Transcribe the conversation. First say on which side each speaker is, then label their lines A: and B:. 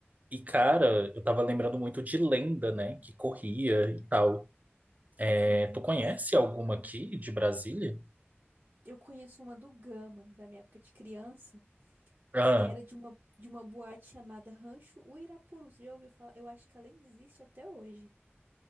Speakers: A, on the right; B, on the right.
A: E, cara,
B: Uhum.
A: eu tava lembrando muito de lenda, né, que corria e tal. É,
B: Sim,
A: tu
B: nossa.
A: conhece alguma aqui de Brasília?
B: Eu conheço uma do Gama, da minha época de criança,
A: Ah,
B: que era de uma, de uma boate chamada Rancho Uirapuru. Você já ouviu falar? Eu acho que ela ainda existe até hoje.